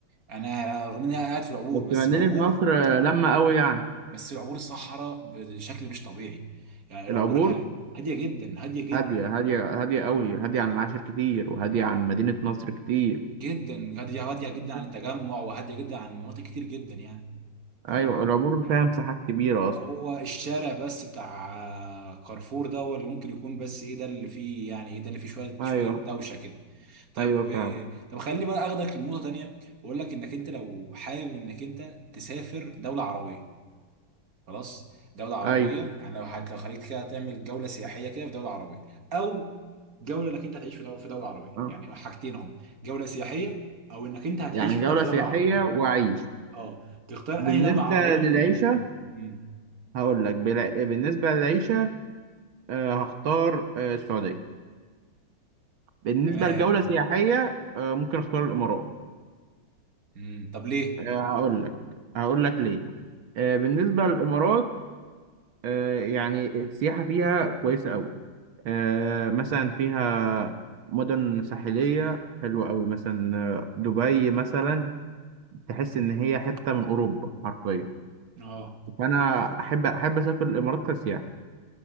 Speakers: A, on the right; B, on the right.
A: انا رغم اني قاعد في العبور
B: بس
A: بس
B: بما انني
A: العبور
B: في مصر آه، لما قوي يعني
A: بس العبور صحراء بشكل مش طبيعي يعني العبور
B: العبور
A: ه- هادية جدا هادية جدا
B: هادية <laughs> هادية هادية قوي هادية عن العاشر كتير وهادية عن مدينة نصر كتير
A: جدا هادية هادية جدا
B: مم.
A: عن التجمع وهادية جدا عن مناطق كتير جدا يعني
B: ايوه
A: العبور
B: العبور
A: يعني
B: فيها مساحات كبيرة اصلا
A: هو الشارع بس بتاع كارفور ده هو اللي ممكن يكون بس ايه ده اللي فيه يعني ايه ده اللي فيه شوية
B: ايوه
A: شوية دوشة كده طب
B: ايوه فعلا
A: طب خليني بقى اخدك لنقطة تانية واقول لك انك انت لو حابب انك انت تسافر دولة عربية خلاص دولة عربية
B: ايوه
A: يعني لو هت- لو خليك كده تعمل جولة سياحية كده في دولة عربية أو جولة إنك أنت هتعيش في دولة في دولة عربية
B: آه.
A: يعني حاجتين هم جولة سياحية أو إنك أنت هتعيش
B: يعني
A: في
B: جولة
A: دولة في
B: سياحية
A: دولة عربية
B: وعيش
A: أه تختار
B: بالنسبة
A: أنهي دولة عربية
B: للعيشة
A: من الموجودين امم
B: هقول لك بلا... بالنسبة للعيشة آه، هختار آه، السعودية بالنسبة
A: تمام
B: لجولة سياحية آه، ممكن اختار الإمارات
A: امم طب ليه؟
B: آه، هقول لك هقول لك ليه آه، بالنسبة للإمارات آه، يعني السياحة فيها كويسة أوي آه، مثلا فيها مدن ساحلية حلوة أوي مثلا آه، دبي مثلا تحس إن هي حتة من أوروبا حرفيا
A: أه
B: فأنا أحب أحب أسافر الإمارات كسياحة